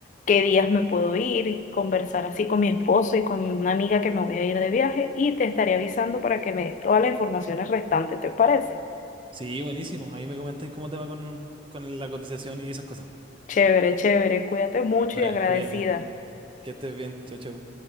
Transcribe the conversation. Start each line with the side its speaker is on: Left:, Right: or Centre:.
Left: qué días me puedo ir y conversar así con mi esposo y con una amiga que me voy a ir de viaje y te estaré avisando para que me dé todas las informaciones restantes, ¿te parece?
Right: Sí, buenísimo. Ahí me comentáis cómo te va con, con la cotización y esas cosas.
Left: Chévere, chévere. Cuídate mucho
Right: Dale,
Left: y agradecida.
Right: cuídate, que estés bien. Chao, chao.